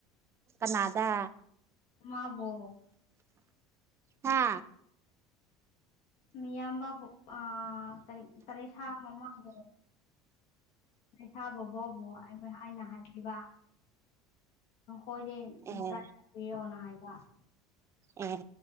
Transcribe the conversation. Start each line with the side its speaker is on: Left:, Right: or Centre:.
Right: ꯀꯅꯥꯗ?
Left: ꯃꯥꯕꯣ
Right: ꯍꯥ
Left: ꯃꯤꯌꯥꯝꯕꯕꯨ ꯑ ꯇ ꯇꯦꯔꯦꯁꯥ ꯃꯃꯥꯡꯉꯣ ꯇꯦꯔꯦꯁꯥ ꯕꯕꯥꯕꯨ ꯑꯩꯅ ꯍꯥꯏꯕꯤꯕ ꯅꯈꯣꯏꯗꯤ ꯎꯝ
Right: ꯑꯦ
Left: ꯇ꯭ꯔꯥꯏ ꯇꯥꯛꯄꯤꯌꯣꯅ ꯍꯥꯏꯕ
Right: ꯑꯣ